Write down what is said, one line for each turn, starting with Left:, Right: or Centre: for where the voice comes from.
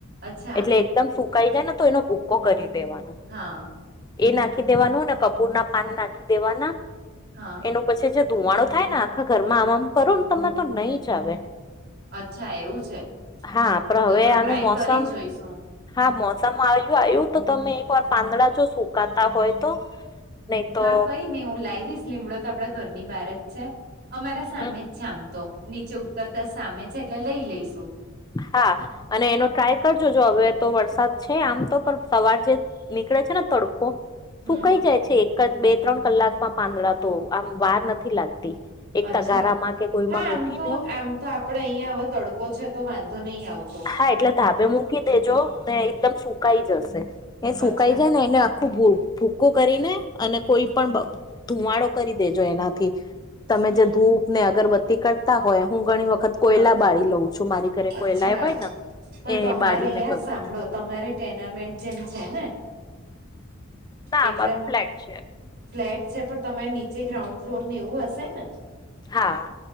Right: અચ્છા
Left: એટલે એકદમ સુકાઈ જાય ને તો એનો ભૂકો કરી દેવાનો.
Right: હા
Left: એ નાખી દેવાનું ને કપૂરના પાન નાખી દેવાના.
Right: હા
Left: એનો પછી જે ધુવાડો થાય ને આખા ઘરમાં આમ આમ કરો ને તમે તો નહી જ આવે.
Right: અચ્છા એવું છે
Left: હા પણ
Right: તો
Left: હવે
Right: તો ટ્રાય
Left: આનું મોસમ
Right: કરી જોઈશું
Left: હા મોસમ આયું આયું તો તમે એક વાર પાંદડા જો સુકાતા હોય તો નહી તો
Right: હા કઈ ની હું લાઈ દઈશ. લીમડો તો આપડા ઘરની બહાર જ છે. અમારા સામે
Left: હમ
Right: જ છે આમ તો. નીચે ઉત્તરતા સામે છે એટલે લઈ લઈશું.
Left: હા અને એનો ટ્રાય કરજો જો હવે તો વરસાદ છે. આમ તો પણ સવાર જે નીકળે છે ને તડકો
Right: હમ.
Left: સુકાઈ જાય છે એક જ બે ત્રણ કલાકમાં પાંદડા તો આમ વાર નથી લાગતી. એક
Right: અચ્છા
Left: તગારામાં કે કોઈમાં
Right: હા
Left: મૂકી
Right: આમ તો
Left: દયો.
Right: આમ તો આપડે અહીંયા હવે તડકો છે તો વાંધો નહી આવતો.
Left: હા એટલે ધાબે મૂકી દેજો ને એકદમ સુકાઈ જશે. એ સુકાઈ
Right: અચ્છા
Left: જાય ને એને આ ખો ભૂ ભૂકો કરીને અને કોઈ પણ ધુવાડો કરી દેજો એનાથી તમે
Right: હમ
Left: જે ધૂપ ને અગર બત્તી કરતા હોય હું ઘણી વખત
Right: હા
Left: કોયલા બાળી લઉં છું મારી ઘરે.
Right: અચ્છા
Left: કોયલા હોય ને
Right: પણ
Left: એ
Right: તમારે
Left: બાળીને
Right: યાર
Left: કરું
Right: સાંભળો
Left: છું
Right: તમારે ટેર્નામેન્ટ જેમ છે ને?
Left: ના
Right: એટલે
Left: મારું ફ્લેટ છે.
Right: ફ્લેટ છે પણ તમારે નીચે ગ્રાઉન્ડ ફ્લોર ને એવું હશે ને?
Left: હા